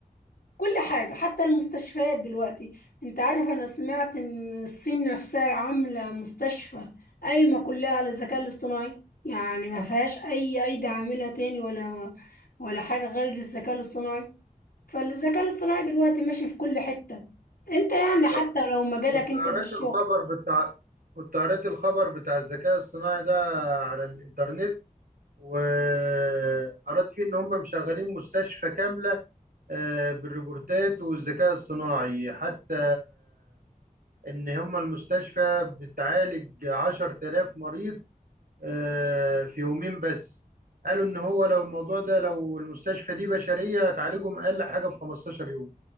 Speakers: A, on the left; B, on the right.
A: كل حاجة حتى المستشفيات دلوقتي انت عارف انا سمعت ان الصين نفسها عاملة مستشفى قايمة كلها على الذكاء الاصطناعي يعني ما فيهاش اي ايدي عاملة تاني ولا ولا حاجة غير الذكاء الاصطناعي فالذكاء الاصطناعي دلوقتي ماشي في كل حتة انت يعني
B: أنا
A: حتى لو مجالك
B: كنت
A: انت
B: قرأت
A: في الشغل
B: الخبر بتاع كنت قرأت الخبر بتاع الذكاء الصناعي ده على الانترنت وقرأت فيه ان هم مشغلين مستشفى كاملة آه، بالروبوتات والذكاء الصناعي حتى إن هم المستشفى بتعالج 10000 مريض آه، في يومين بس قالوا إن هو لو الموضوع ده لو المستشفى دي بشرية هتعالجهم أقل حاجة في 15 يوم